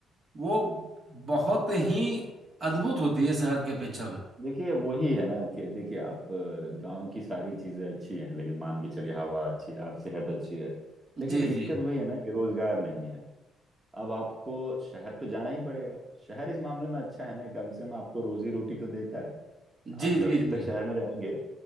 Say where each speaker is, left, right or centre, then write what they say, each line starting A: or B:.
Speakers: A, on the right; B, on the right.
A: वो बहुत ही अद्भुत होती है शहर के अपेक्षा में
B: देखिए वही है ना कि देखिए आप गांव की सारी चीजें अच्छी हैं लेकिन मान के चलिए हवा अच्छी है आप सेहत अच्छी है लेकिन
A: जी
B: दिक्कत
A: जी
B: वही है ना कि रोजगार नहीं है अब आपको शहर तो जाना ही पड़ेगा शहर इस मामले में अच्छा है ना कम से कम आपको रोजी रोटी तो देता है आप
A: जी
B: जब
A: जी जी
B: तक शहर में रहेंगे